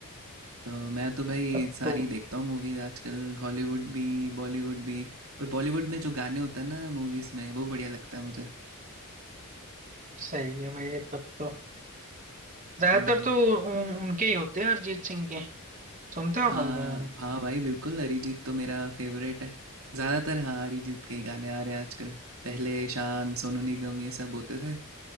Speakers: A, on the right; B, on the right.
A: तो मैं तो भाई
B: तब
A: सारी
B: तो
A: देखता हूँ मूवीज आजकल हॉलीवुड भी बॉलीवुड भी पर बॉलीवुड में जो गाने होते हैं ना मूवीज में वो बढ़िया लगता है मुझे
B: सही है भाई तब तो ज्यादातर
A: हम्म,
B: तो उन, उनके ही होते हैं अरिजीत सिंह के सुनते हो
A: हाँ
B: आप उनके गाने
A: हाँ भाई बिल्कुल अरिजीत तो मेरा फेवरेट है ज़्यादातर हाँ अरिजीत के ही गाने आ रहे हैं आजकल पहले शान सोनू निगम ये सब होते थे